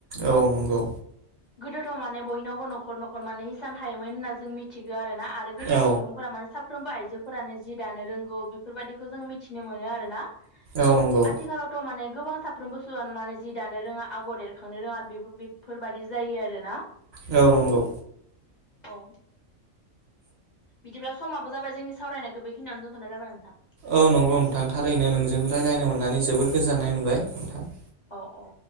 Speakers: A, on the right (about 55°); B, on the left (about 40°).
A: औ नंगौ
B: गोदोथ' माने बयनावबो न'खर न'खर माने हिसान थायोमोन होनना जों मिथियो आरो ना आरो गोदोनि
A: औ
B: सुबुंफोरा माने सा साफ्रोमबो आइजोफोरानो जि दानो रोंगौ बेफोरबायदिखौ जों मिथिनो मोनो आरोना
A: औ नंगौ
B: आथिखालावथ' माने गोबां साफ्रोमबो सुबुआानो माने जि दानो रोङा आगर एरखांनो रोङा बे बेफोरबायदि जायो आरोना
A: औ नंगौ
B: औ बिदिब्ला समाबबो जाबाय जोंनि सावरायनायखौ बेखिनियाव दोनथनाय जाबाय नोंथां
A: औ नंगौ नोंथां थारैनो नोंजों रायज्लायनो मोननानै जोबोर गोजोननाय मोनबाय नोंथां
B: अ अ